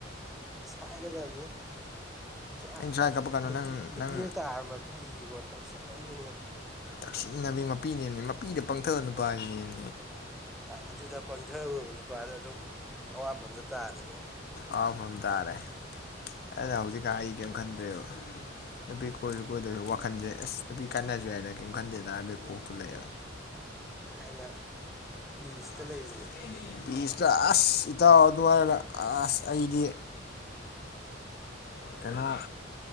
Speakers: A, in the centre; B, on the left.
A: ꯥꯏꯁ ꯍꯥꯏꯒꯗꯕꯅꯤ ꯄꯨꯔꯥ
B: ꯑꯩꯅ ꯁ꯭ꯋꯥꯏ ꯀꯞꯄꯛꯀꯅꯨ
A: ꯅꯨꯄꯤ
B: ꯅꯪ
A: ꯅꯨꯄꯤꯅ
B: ꯅꯪ
A: ꯇꯥꯔ ꯃꯄꯤꯁꯤꯗꯤꯀꯣ ꯇꯧꯁꯟꯅꯩꯅꯤꯍꯦ
B: ꯇꯛꯁꯤꯟꯅꯕꯤ ꯃꯄꯤꯅꯦꯃꯦ ꯃꯄꯤꯗ ꯄꯪꯊꯕ ꯅꯨꯄꯥꯁꯤꯅꯦ
A: ꯑꯣ ꯑꯣ ꯑꯥ ꯑꯗꯨꯗ ꯄꯪꯊꯔꯨꯔꯕ ꯅꯨꯄꯥꯗꯣ ꯑꯗꯨꯝ ꯑꯋꯥꯐꯝꯗ ꯇꯥꯅꯤꯀꯣ
B: ꯑꯋꯥꯐꯝꯗ ꯇꯥꯔꯦ ꯑꯩꯅ ꯍꯧꯖꯤꯛꯀꯥꯟ ꯑꯩ ꯀꯔꯤꯝ ꯈꯟꯗ꯭ꯔꯦꯕ ꯅꯨꯄꯤ ꯀꯣꯏꯔꯁꯨ ꯀꯣꯏꯗꯁꯨ ꯋꯥꯈꯟꯁꯦ ꯑꯁ ꯅꯨꯄꯤ ꯀꯥꯏꯅꯔꯁꯨ ꯌꯥꯏꯗ ꯀꯩꯝ ꯈꯟꯗꯦꯗ ꯍꯥꯏꯕꯩ ꯀꯣꯛꯇꯨ ꯂꯩꯌꯦꯕ
A: ꯅꯨꯡꯉꯥꯏꯅ ꯄꯤꯁꯇ
B: <unintelligible>
A: ꯂꯩꯕꯁꯦ
B: ꯄꯤꯁꯇ ꯑꯁ ꯏꯇꯥꯎ ꯑꯗꯨꯍꯥꯏꯔ ꯑꯁ ꯑꯩꯗꯤ ꯀꯅꯣ